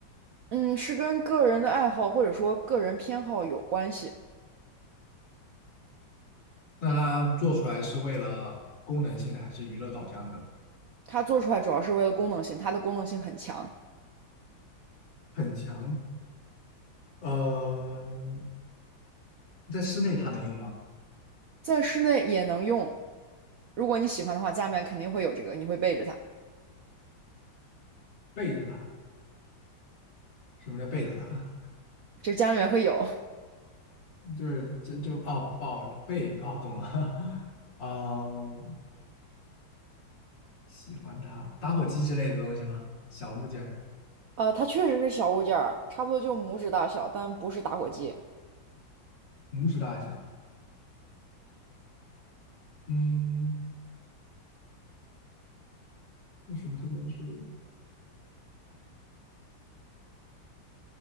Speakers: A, on the right; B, on the left.
A: 嗯，是跟个人的爱好或者说个人偏好有关系。
B: 那它做出来是为了功能性的还是娱乐导向的？
A: 它做出来主要是为了功能性，它的功能性很强，
B: 很强。呃，在室内它能用吗？
A: 在室内也能用。如果你喜欢的话，家里面肯定会有这个，你会背着它，
B: 背着它，什么叫背着它？
A: 这家里面会有。
B: 就是这就哦哦背哦懂了。<laughs> 嗯，喜欢它，打火机之类的东西吗？小物件儿
A: <laughs> 呃，它确实是小物件儿，差不多就拇指大小，但不是打火机，
B: 拇指大小。嗯，有什么特别是？